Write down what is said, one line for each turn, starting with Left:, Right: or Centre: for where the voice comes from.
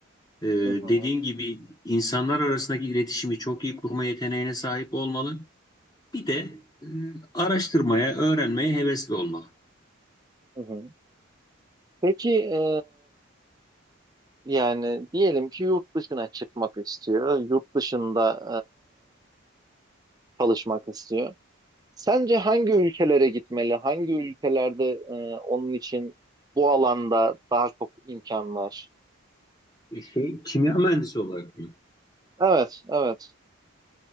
Left: Ee,
Right: Hı hı,
Left: dediğin gibi insanlar arasındaki iletişimi çok iyi kurma yeteneğine sahip olmalı. Bir de e, araştırmaya, öğrenmeye hevesli olmalı.
Right: hı hı. Peki e, yani diyelim ki yurt dışına çıkmak istiyor, yurt dışında e, çalışmak istiyor. Sence hangi ülkelere gitmeli? Hangi ülkelerde e, onun için bu alanda daha çok imkan var?
Left: Şey, kimya mühendisi olarak mı?
Right: Evet, evet.